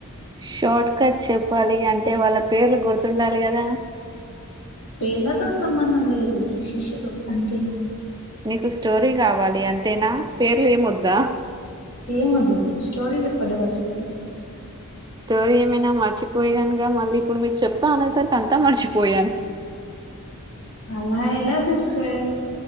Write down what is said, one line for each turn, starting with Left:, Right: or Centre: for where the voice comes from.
Right: షార్ట్ కట్ చెప్పాలి అంటే వాళ్ళ పేరు గుర్తు ఉండాలి కదా
Left: పేళ్లతో సంబంధం లేదు శిష్యులు అంటే
Right: నీకు స్టోరీ కావాలి అంతేనా పేర్లు ఏమ్ వద్దా
Left: ఏమ్ వద్దు స్టోరీ చెప్పఅండి ఫస్ట్
Right: స్టోరీ ఏమైనా మర్చిపోయే నాంక మళ్ళీ ఇప్పుడు మీరు చెప్తా అనేసార్ అంతా మరిచిపోయాను
Left: అలా ఎలా సిస్టర్